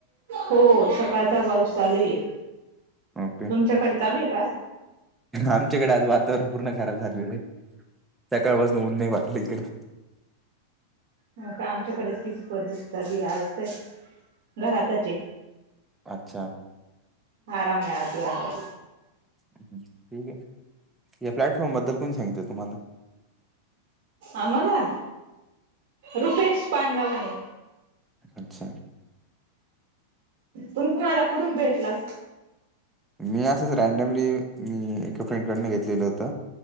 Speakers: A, on the right; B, in the centre.
A: हो सकाळचा पाऊस चालू आहे,,
B: ओके
A: तुमच्याकडे चालू आहे का?
B: आमच्याकडे आज वातावरण पूर्ण खराब झालेलं य. सकाळपासनं ऊन नाही वाटलं इकडे.
A: हा का, आमच्याकडे तीच पद्धत झाली, आज काय घरातच ए.
B: अच्छा.
A: आरामे आज आराम.
B: ठीक आहे,, या प्लॅटफॉर्म बद्दल कोण सांगितलं तुम्हाला?
A: आम्हाला,, रुपेश पाणगावाने.
B: अच्छा
A: तुम्ह काला कुठून भेटल.
B: मी असच रँडमली मी एका फ्रेंडकडन घेतलेलं होत.